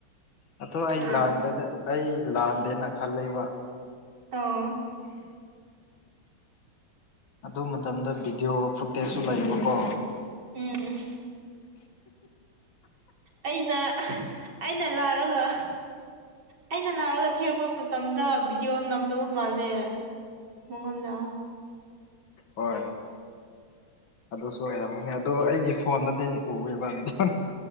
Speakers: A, on the left; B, on the right.
A: ꯑꯗꯣ ꯑꯩ
B: ꯑꯥ
A: ꯂꯥꯟꯗꯗ ꯑꯩ ꯂꯥꯟꯗꯦꯅ ꯈꯜꯂꯤꯕ
B: ꯑꯣ
A: ꯑꯗꯨ ꯃꯇꯝꯗꯣ ꯚꯤꯗꯤꯌꯣ ꯐꯨꯇꯦꯖꯁꯨ ꯂꯩꯌꯦꯕꯀꯣ
B: ꯎꯝ ꯑꯩꯅ ꯑꯩꯅ ꯂꯥꯔꯒ ꯑꯩꯅ ꯂꯥꯑꯔꯒ ꯊꯦꯝꯕ ꯃꯇꯝꯗ ꯚꯤꯗꯤꯌꯣ ꯅꯝꯗꯕ ꯃꯥꯜꯂꯦ ꯃꯉꯣꯟꯗ
A: ꯍꯣꯢ ꯑꯗꯨꯁꯨ ꯑꯣꯏꯔꯝꯒꯅꯤ ꯑꯗꯣ ꯑꯩꯒꯤ ꯐꯣꯟꯗꯗꯤ ꯎꯋꯦꯕ ꯕꯤꯗꯤꯌꯣ